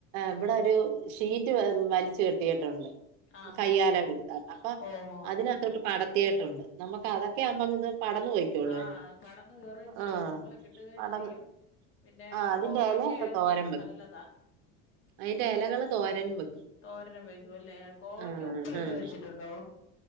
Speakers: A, on the right; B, on the left.
A: ഇവിടൊരു ഷീറ്റ് വെ വലിച്ചു കെട്ടിയിട്ടുണ്ട്
B: ആഹാ
A: കയ്യാലേടെ അടുത്താട്ട് അപ്പ
B: ഓഹോ
A: അതിനകത്തോട്ട് പടത്തിയിട്ടുണ്ട് നമുക്കത ക്കെ ആകുമ്പം അങ്ങിത് പടന്ന് പോയ്ക്കോളുവല്ലോ
B: ആഹ് പടന്ന് കയറുകയും ചെയ്യും
A: ആ
B: ഇഷ്ടംപോലെ കിട്ടുകയും
A: പടന്ന്
B: ചെയ്യും പിന്നെ
A: ആഹ് അതിന്റെ
B: കോവയ്ക്കാ
A: എലയൊക്കെ
B: ആയതുകൊണ്ട്
A: തോരൻ
B: നല്ലതാ
A: വെക്കും അതിന്റെ എലകള് തോരനും വെക്കും
B: തോരനും വെക്കുംല്ലേ കോവക്ക
A: ആഹ്
B: ഉപ്പിലിട്ട്
A: ആഹ്
B: കഴിച്ചിട്ടുണ്ടോ